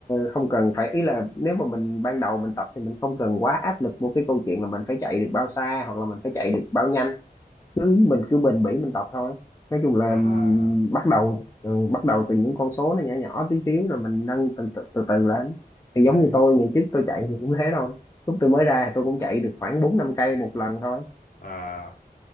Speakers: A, on the left (about 20°); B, on the left (about 55°).
A: không cần phải ý là nếu mà mình ban đầu mình tập thì mình không cần quá áp lực một cái câu chuyện là mình phải chạy được bao xa hoặc là mình phải chạy được bao nhanh cứ mình cứ bền bỉ mình tập thôi nói chung là
B: À
A: ừm, bắt đầu ừ, bắt đầu từ những con số nó nhỏ nhỏ tí xíu rồi mình nâng từ từ, từ từ lên thì giống
B: đấy
A: như tôi ngày trước tôi chạy thì cũng thế thôi lúc tôi mới ra tôi cũng chạy được khoảng bốn năm cây một lần thôi
B: à